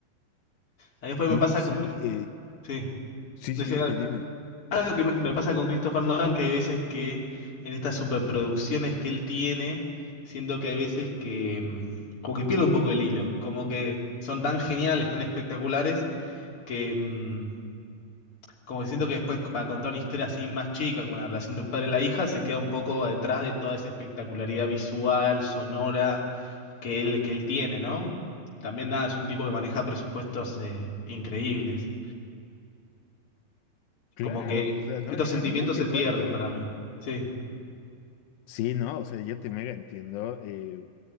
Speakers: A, on the left; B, on the left.
A: Ahí después
B: No,
A: me pasa
B: sí,
A: con...
B: eh,
A: Sí,
B: sí,
A: decía
B: sí, dime, dime.
A: algo que me me pasa con Christopher Nolan, que hay veces que en estas superproducciones que él tiene, siento que hay veces que mm, como que pierde un poco el hilo, como que son tan geniales, tan espectaculares, que... mm, Como diciendo que después para contar una historia así más chica, como la relación del padre y la hija, se queda un poco detrás de toda esa espectacularidad visual, sonora que él, que él tiene, ¿no? También nada, es un tipo que maneja presupuestos eh, increíbles. Como
B: Claro,
A: que
B: o sea, no,
A: estos
B: imagínate
A: sentimientos se pierden
B: cuánto.
A: para mí. Sí,
B: Sí, no, o sea, yo te mega entiendo. eh,